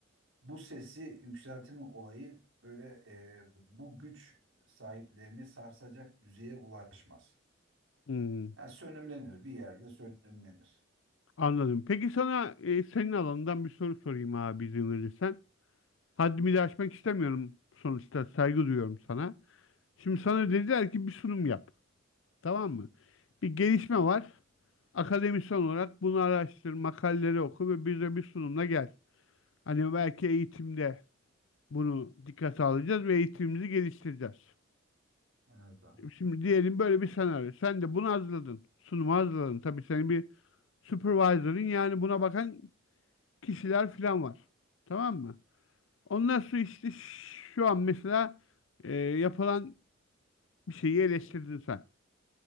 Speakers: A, on the right; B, on the left.
A: bu sesi yükseltme olayı böyle e, bu güç sahiplerini sarsacak düzeye ulaşmaz.
B: Hmm.
A: Yani sönümlenir bir yerde sönümlenir.
B: Anladım. Peki sana e, senin alanından bir soru sorayım abi izin verirsen. Haddimi de aşmak istemiyorum sonuçta saygı duyuyorum sana. Şimdi sana dediler ki bir sunum yap. Tamam mı? Bir gelişme var. Akademisyen olarak bunu araştır, makaleleri oku ve bize bir sunumla gel. Hani belki eğitimde bunu dikkate alacağız ve eğitimimizi geliştireceğiz.
A: Evet abi.
B: Şimdi diyelim böyle bir senaryo. Sen de bunu hazırladın. Sunumu hazırladın. Tabii senin bir supervisor'ın yani buna bakan kişiler falan var. Tamam mı? Ondan sonra işte şu an mesela e, yapılan bir şeyi eleştirdin sen.